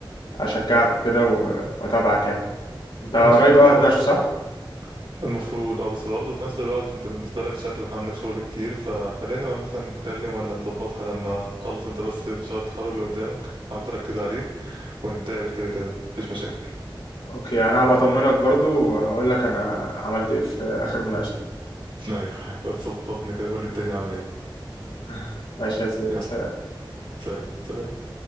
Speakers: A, on the left (about 80°); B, on the right (about 65°).
A: اشجعك وكده و- واتابعك يعني انت قريب
B: ماشي أنت
A: قوي
B: برضه
A: هتناقشه صح
B: المفروض اه بس برضه في نفس الوقت أنت بالنسبة لك شكلك عندك شغل كتير فخلينا بقى مثلا نتكلم ولا نظبطها لما تخلص أنت بس مشروع التخرج اللي قدامك حاول تركز عليه ونتقابل كده كده مفيش مشاكل
A: اوكي انا هبقى اطمنك برضو وهقول لك انا عملت ايه في اخر مناقشة دي
B: ايوه بس بطني كده قول لي الدنيا عامله ايه
A: <laughs> ماشي يا سيدي
B: يلا
A: سلام.
B: سلام سلام